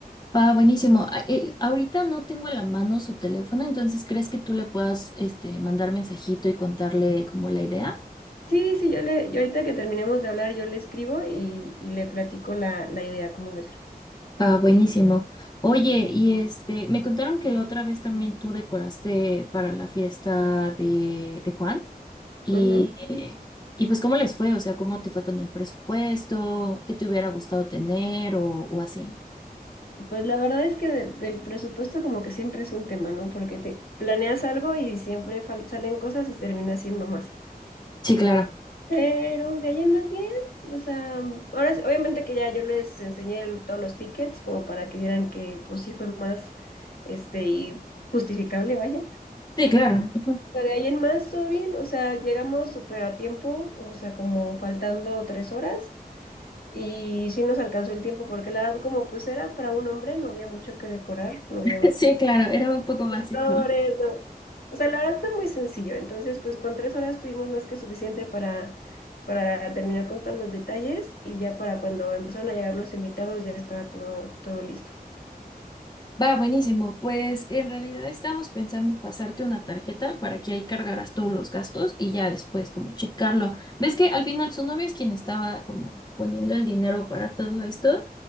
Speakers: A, on the left; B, on the left.
A: Va, buenísimo. A- eh, ahorita no tengo a la mano su teléfono, entonces ¿crees que tú le puedas este, mandar mensajito y contarle como la idea?
B: Sí, sí, yo le, yo ahorita que terminemos de hablar, yo le escribo y, y le platico la, la idea, ¿cómo ves?
A: Ah, buenísimo. Oye, y este, me contaron que la otra vez también tú decoraste para la fiesta de, de Juan y,
B: Ujú.
A: eh, y pues ¿cómo les fue? O sea, ¿cómo te fue con el presupuesto? ¿Qué te hubiera gustado tener o, o así?
B: Pues la verdad es que de- del presupuesto como que siempre es un tema, ¿no? Porque te planeas algo y siempre fal- salen cosas y termina siendo más.
A: Sí, claro.
B: Pero de ahí en más bien, o sea, ahora es- obviamente que ya yo les enseñé el- todos los tickets como para que vieran que pues sí fue más, este, y justificable, vaya.
A: Sí, claro. Ujú.
B: Pero de ahí en más, todo bien, o sea, llegamos súper a tiempo, o sea, como faltando tres horas. Y sí nos alcanzó el tiempo porque la verdad, como pues era para un hombre, no había mucho que decorar, no había
A: <laughs> Sí, claro, era un poco básico.
B: flores, no. O sea, la verdad fue muy sencillo. Entonces, pues con tres horas tuvimos más que suficiente para, para terminar con todos los detalles y ya para cuando empezaron a llegar los invitados ya estaba todo, todo listo.
A: Va, buenísimo. Pues en realidad estábamos pensando pasarte una tarjeta para que ahí cargaras todos los gastos y ya después como checarlo. ¿Ves que al final su novia es quien estaba como poniendo el dinero para todo esto?